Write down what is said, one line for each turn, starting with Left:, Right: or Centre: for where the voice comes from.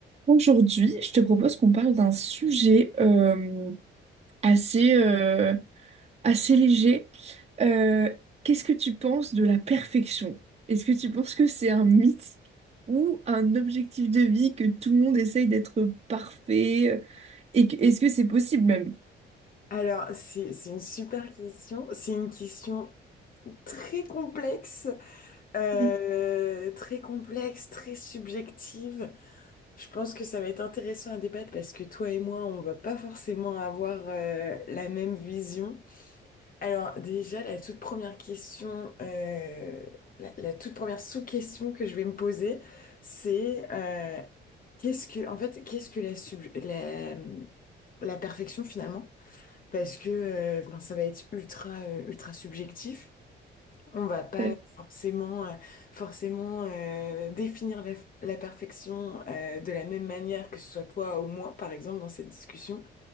Right: Aujourd'hui, je te propose qu'on parle d'un sujet euh, assez, euh, assez léger. Euh, qu'est-ce que tu penses de la perfection? Est-ce que tu penses que c'est un mythe ou un objectif de vie que tout le monde essaye d'être parfait? euh, Et que- est-ce que c'est possible même?
Left: Alors, c'est, c'est une super question. C'est une question très complexe, euh,
Right: Oui,
Left: très complexe, très subjective. Je pense que ça va être intéressant à débattre parce que toi et moi, on va pas forcément avoir euh, la même vision. Alors, déjà, la toute première question, euh, la, la toute première sous-question que je vais me poser, c'est euh, qu'est-ce que, en fait, qu'est-ce que la, sub- la, la perfection finalement? parce que euh, ben, ça va être ultra euh, ultra subjectif. On va pas
Right: tout à fait.
Left: forcément euh, forcément euh, définir la, la perfection euh, de la même manière que ce soit toi ou moi, par exemple, dans cette discussion.